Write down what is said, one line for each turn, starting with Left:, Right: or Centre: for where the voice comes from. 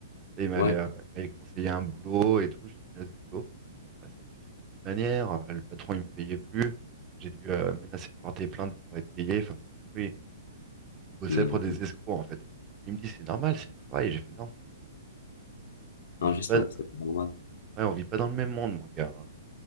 Right: Et il m'avait
Left: Ouais.
Right: euh, il m'avait conseillé un boulot et tout. Je lui ai dit, ce boulot. Bah, ça s'est fini de toute manière. Euh, Le patron, il me payait plus. J'ai dû euh, menacer de porter plainte pour être payé. Enfin, c'était- oui, il bossait
Left: Hmm.
Right: pour des escrocs, en fait. Il me dit, c'est normal, c'est le travail. J'ai fait, non,
Left: Non,
Right: on vit
Left: justement,
Right: pas,
Left: c'est pas normal.
Right: ouais, on vit pas dans le même monde, mon gars. hein.